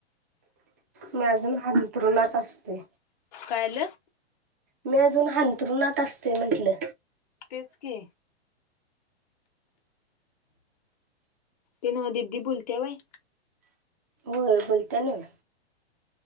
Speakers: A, on the right (about 15°); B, on the left (about 40°).
A: मी अजून अंथरुणात असतोय.
B: काल
A: मी अजून हांंतरुणात असते म्हंटलं.
B: तेच की ते न दिदी बोलते बाय.
A: बोलता ना.